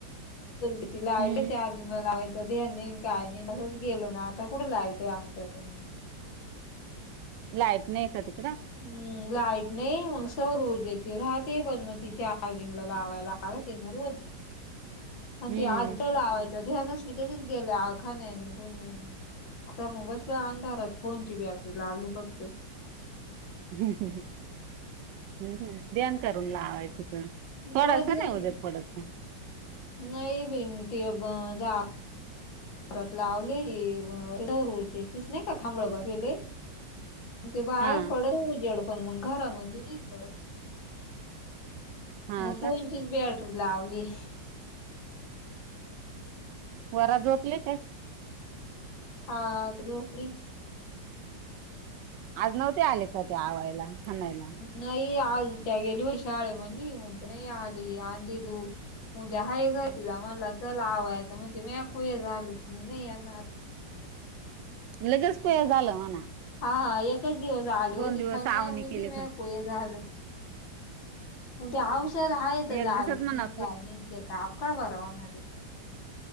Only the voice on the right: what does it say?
हम्म
लाईट, नायका तिकडं?
हम्म
हम्म, हम्म, हम्म, हम्म, ध्यान करून लावायची त थोडासा
नाय उजेड
पडत म
हा
हा
का
पोरा झोपले काय?
आज नव्हते आले का, ते आवायला, खनायला?
लगेच कोय झालं म्हणा
दोन
दिवस
आवणी केले
एक
दिवसात म्हणा